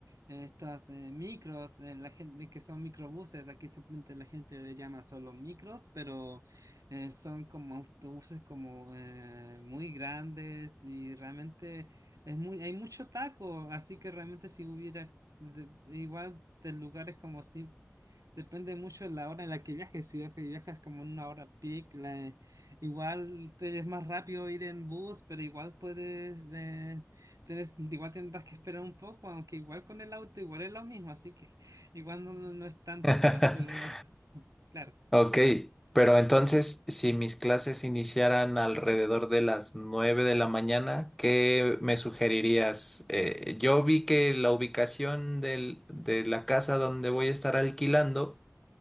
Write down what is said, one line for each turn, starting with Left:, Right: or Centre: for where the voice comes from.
Right: eh, estas eh, micros, eh, la gente que son microbuses, aquí simplemente la gente le llama solo micros, pero eh, son como autobuses como eh, muy grandes y realmente es muy, hay mucho taco, así que realmente si hubiera de- igual de lugares como si Depende mucho de la hora en la que viajes. Si viaje- viajas como en una hora peak, la- igual te es más rápido ir en bus, pero igual puedes, eh, tienes- igual tendrás que esperar un poco, aunque igual con el auto igual es lo mismo, así que igual no, no no es tanto,
Centre: <laughs>
Right: pero <laughs> claro.
Centre: Ok, pero entonces, si mis clases iniciaran alrededor de las 9 de la mañana, ¿qué me sugerirías? Eh, yo vi que la ubicación del- de la casa donde voy a estar alquilando